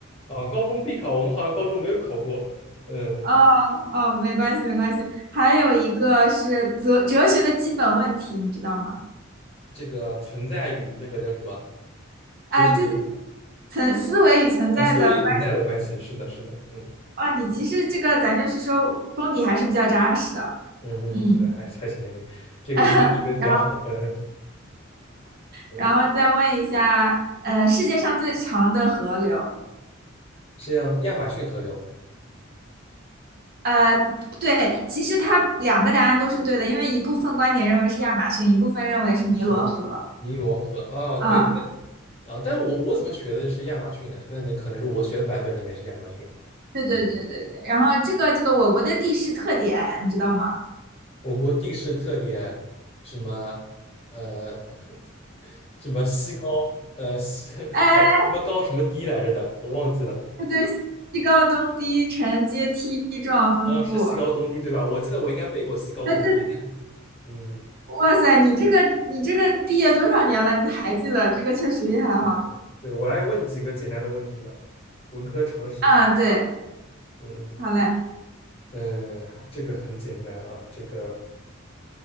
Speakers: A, on the left; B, on the right.
A: 啊，高中必考，我们好像高中没有考过。嗯，
B: 哦哦，没关系没关系。还有一个是哲哲学的基本问题，你知道吗？
A: 这个存在与那个叫什么
B: 啊，
A: 哲学的
B: 对对，存思维与存在的关
A: 呃思维与存在的关系，是的，是的，嗯
B: 啊，你其实这个咱就是说功底还是比较扎实的。
A: 嗯嗯，
B: 嗯，
A: 对，还还行还行。这个学的学的比较好，
B: <laughs> 然后
A: 嗯嗯嗯，
B: 然后再问一下，呃，世界上最长的河流。
A: 是这样，亚马逊河流，
B: 呃，对，其实它两个答案都是对的，因为一部分观点认为是亚马逊，一部分认为是尼罗河。
A: 是尼罗河。啊，
B: 啊，
A: 对对，啊、但我我怎么学的是亚马逊的？那那可能是我学的版本里面是亚马逊。
B: 对对对对对。然后这个这个我国的地势特点，你知道吗？
A: 我国地势特点，什么呃，<laughs> 什么西高，呃西，<laughs> 反正什么高什么低来着的，
B: 呃
A: 我忘记了。
B: 它对西高东低沉阶梯状分布。
A: 啊、是西高东低对吧？我记得我应该背过西高东低，
B: 哎，对，
A: 但是，嗯
B: 哇塞，你这个你这个毕业多少年了？你还记得这个确实厉害哈。
A: 嗯，嗯对，我来问你几个简单的问题吧，文科常识题。
B: 啊，对，
A: 嗯
B: 好嘞。
A: 嗯，呃这个很简单啊，这个。